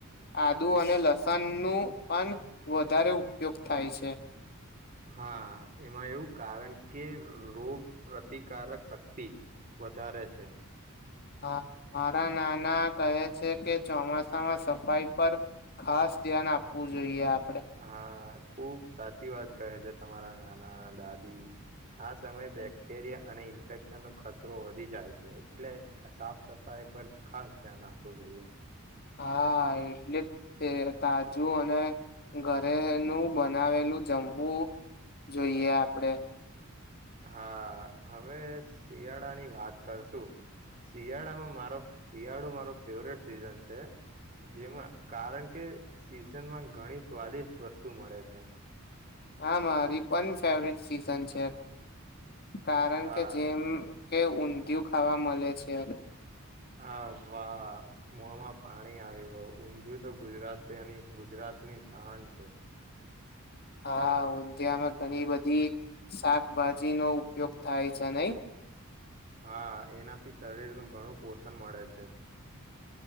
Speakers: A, on the left; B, on the right.
A: આદુ અને લસણ નું પણ વધારે ઉપયોગ થાય છે
B: હા એમાં એવું કારણ કે રોગ પ્રતિકારક શક્તિ વધારે છે
A: હા મારા નાના કહે છે કે ચોમાસામાં સફાઈ પર ખાસ ધ્યાન આપવું જોઈએ આપ
B: હા ખુબ સાચી વાત કહે છે તમારા નાના દાદી આ સમયે બેક્ટેરિયા અને ઇન્ફેક્શનનોો ખતરો વધી જાય છે એટલે સાફ સફાઈ પર ખાસ ધ્યાન આપવું જોઈએ
A: હા એટલે તે તાજું અને ઘરેનુંું બનાવેલું જમવું જોઈએ આપડે
B: હા હવે શિયાળાની વાત કરશું શિયાળામાં મારો શિયાળો મારો ફેવરેટ સીઝન છે જેમાં કારણ કે સિઝનમાં ઘણી સ્વાદિષ્ટ વસ્તુ મળે છે
A: હા મારી પણ ફેવરટ સીઝન છે કારણ
B: હા
A: કે જેમ કે ઊંધિયું ખાવા મળે છે
B: હા વાહ મોમાં પાણી આવી ગય ઊંધિય તો ગુજરાતની ગુજરાતની શાન છે
A: હા ંધિયામાં ઘણી બધી શાકભાજી નો ઉપયોગ થાય છે નહી
B: હા એનાથી શરીરનું ઘણું પોષણ મળે છે